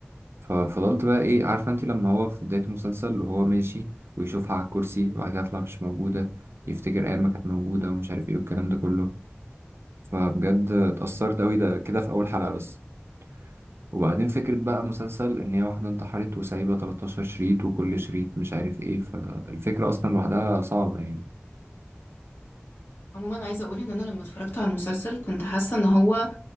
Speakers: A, on the right; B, on the left.
A: ففضلت بقى ايه عارفه انت لما هو في بدايه المسلسل وهو ماشي ويشوفها على الكرسي وبعد كده تطلع مش موجوده يفتكر ايام ما كانت موجوده ومش عارف ايه والكلام ده كله فبجد اتأثرت قوي ده كده في اول حلقه بس وبعدين فكرة بقى مسلسل إن هي واحدة انتحرت وسايبة 13 شريط وكل شريط مش عارف إيه فالفكرة أصلا لوحدها صعبة يعني
B: عموما عايزه اقول ان انا لما اتفرجت على المسلسل كنت حاسه ان هو